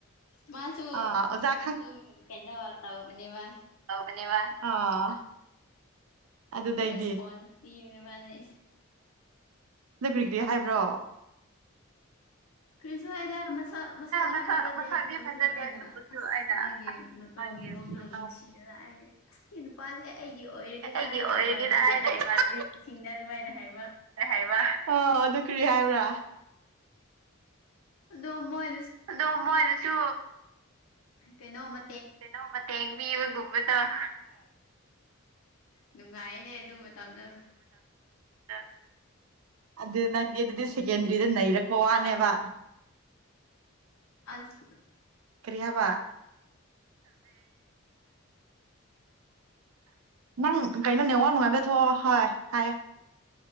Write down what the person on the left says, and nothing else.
ꯃꯥꯁꯨ
ꯑꯗꯨꯝ ꯀꯩꯅꯣ ꯇꯧꯕꯅꯦ ꯃꯥ
ꯔꯦꯁꯄꯣꯟꯁ ꯄꯤꯕꯅꯦ ꯃꯥꯗꯤ
ꯀ꯭ꯔꯤꯁꯨ ꯍꯥꯏꯗ ꯑꯃ ꯃꯁꯥ ꯃꯁꯛꯗꯤ
ꯐꯖꯗꯦ
ꯑꯗꯨꯕꯨꯁꯨ
ꯑꯩꯅ
ꯑꯁ
ꯃꯥꯒꯤ
ꯃꯇꯥꯎ
ꯃꯑꯣꯡꯗ
ꯅꯨꯡꯁꯤꯔ ꯑꯩ ꯑꯁ ꯁꯤ ꯅꯨꯄꯥꯁꯦ ꯑꯩꯒꯤ ꯑꯣꯏꯔꯒꯦꯗ
ꯍꯥꯏꯅ
ꯏꯃꯥꯟꯅꯕꯤ
ꯁꯤꯡꯗ ꯑꯗꯨꯃꯥꯏꯅ ꯍꯥꯏ
ꯑꯗꯨ ꯃ‌ꯣꯏ
ꯀꯩꯅꯣ ꯃ
ꯅꯨꯡꯉꯥꯏꯅꯦ ꯑꯗꯨ ꯃꯇꯝꯗꯣ
ꯃꯥ ꯑꯜꯁ